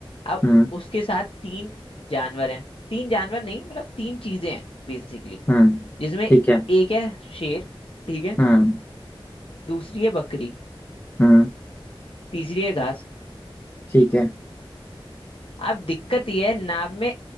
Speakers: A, on the left; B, on the left.
A: अब
B: हम्म
A: उसके साथ तीन जानवर हैं तीन जानवर नहीं मतलब तीन चीजें हैं बेसिकली
B: हम्म
A: जिसमें
B: ठीक
A: एक
B: है
A: है शेर ठीक है
B: हम्म
A: दूसरी है बकरी
B: हम्म
A: तीसरी है घास
B: ठीक है
A: अब दिक्कत यह है नाव में